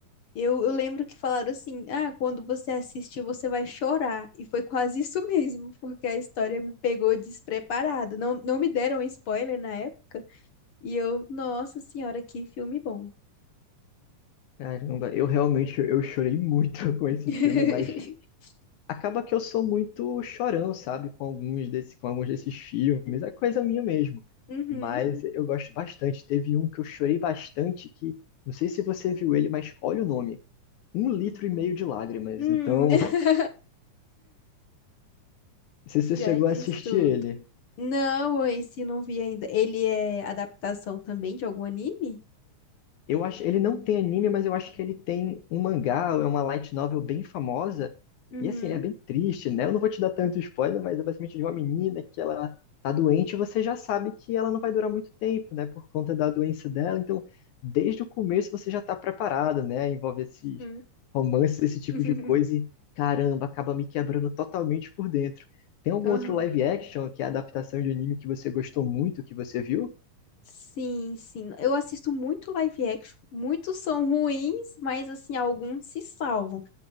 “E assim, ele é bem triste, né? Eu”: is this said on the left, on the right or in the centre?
Left